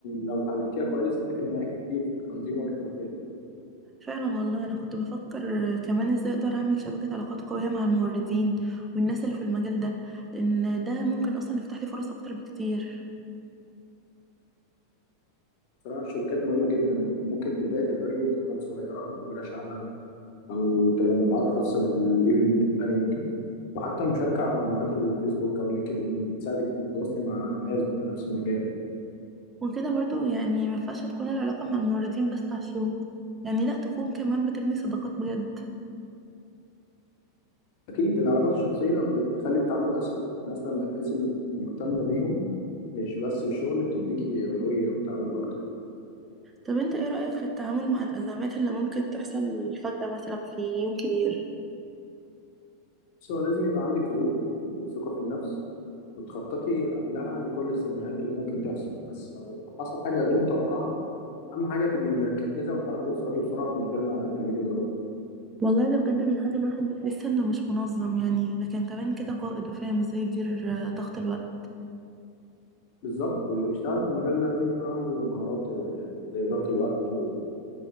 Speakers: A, on the left; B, on the right.
A: لو اتعلمتيها كويس هتفرق معاك كتير في التنظيم والاحترافية
B: فعلا والله انا كنت بفكر كمان ازاي اقدر اعمل شبكة علاقات قوية مع الموردين والناس اللي في المجال ده لان ده ممكن اصلا يفتح لي فرص اكتر بكتير
A: بصراحة الشبكات مهمة جدا وممكن تبدأي تحضري مؤتمرات صغيرة وورش عمل أو تجمعات خاصة بالإيفنت بلاننج وحتى المشاركة على مجموعات الفيسبوك أو اللينكد إن بتساعدك تتواصلي مع الناس بنفس المجال
B: وكده برضو يعني ما ينفعش تكون العلاقة مع الموردين بس على الشغل يعني لا تكون كمان بتبني صداقات بجد
A: أكيد العلاقات الشخصية بتخلي التعامل أسهل الناس لما تحس إنك مهتمة بيهم مش بس في الشغل بتديكي أولوية وتعاون أكتر
B: طب انت ايه رأيك في التعامل مع الأزمات اللي ممكن تحصل فجأة مثلا في يوم كبير
A: بس هو لازم يبقى عندك هدوء وثقة في النفس وتخططي قبلها لكل السيناريوهات اللي ممكن تحصل بس لو حصل حاجة غير متوقعة أهم حاجة تبقي مركزة وتعرفي تتصرفي بسرعة من غير ما تعملي دراما
B: والله ده بجد بيخلي الواحد يحس انه مش منظم يعني لكن كمان كده قائد وفاهم ازاي يدير آه، ضغط الوقت
A: بالظبط واللي بيشتغل في المجال ده لازم يكون عنده مهارات آه، يعني زي إدارة الوقت وال-